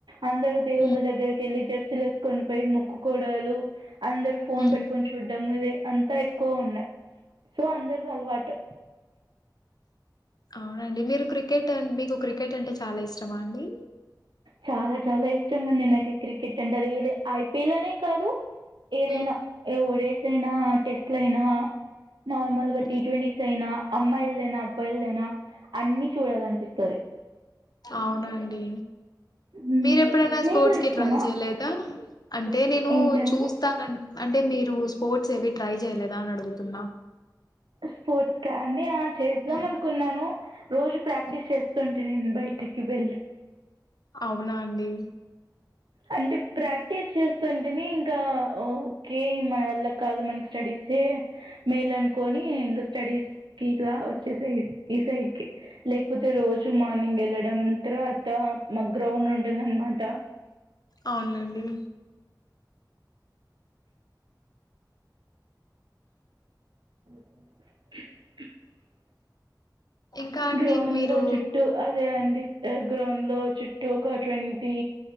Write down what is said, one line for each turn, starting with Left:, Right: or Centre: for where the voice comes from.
Right: అందరూ దేవుళ్ళ
Left: హ్మ్.
Right: దగ్గరికి వెళ్ళి జెర్సీలు వేసుకొని పోయి ముక్కుకోవాడలు అందరు ఫోన్
Left: హ్మ్.
Right: పెట్టుకొని చూడ్డం ఇదే అంతా ఎక్కువ ఉండా సో అందరికీ అలవాటు
Left: అవున మీరు క్రికెట్ మీకు క్రికెట్ అంటే చాలా ఇష్టమా అండి
Right: చాలా చాలా ఇష్టం అండి నాకు క్రికెట్ అంటే అది ఇదే ఐపిఎల్ అనే కాదు ఏదైనా
Left: హ్మ్.
Right: ఓవర్స్ అయినా టెస్ట్ లు అయినా నార్మల్ గా
Left: హ్మ్.
Right: టీ ట్వంటీస్ అయినా అమ్మాయిలదేనా అబ్బాయిలదేనా అన్ని చూడాలని అనిపిస్తాది
Left: అవునా అండి
Right: హ్మ్.
Left: మీరు ఎప్పుడైనా
Right: మీకు
Left: స్పోర్ట్స్
Right: ఇష్టమా
Left: కి ట్రై చేయలేదా అంటే నేను
Right: ఏంటండి
Left: చూస్తానా అంటే మీరు స్పోర్ట్స్ ఏవి ట్రై చేయలేదా అని అడుగుతున్నా
Right: స్పోర్ట్స్ కా అండి ఆ చేద్దాం
Left: హ్మ్.
Right: అనుకున్నాను రోజు ప్రాక్టీస్
Left: హ్మ్.
Right: చేస్తు ఎండ ఎక్కకి వెళ్ళ్
Left: అవునా అండి
Right: అంటే ప్రాక్టీస్ చేస్తుంటిని ఇంకా ఓకే మన వల్ల కాదు మనకి స్టడీస్ ే మేలనుకోని ఇంగ స్టడీస్ కిట్ల వచ్చేసి ఈ సైడ్ కి లేకపోతే రోజు మార్నింగ్ వెళ్లడం తర్వాత మాక్ గ్రౌడ్ ఉంటుందన్నమాట
Left: అవునులేండి
Right: <inaudible>
Left: ఇంకా అండి
Right: గ్రౌండ్
Left: మీరు
Right: లో చుట్టూ అదే అండి గ్రౌండ్ లో చుట్టూ ఒక ట్వంటీ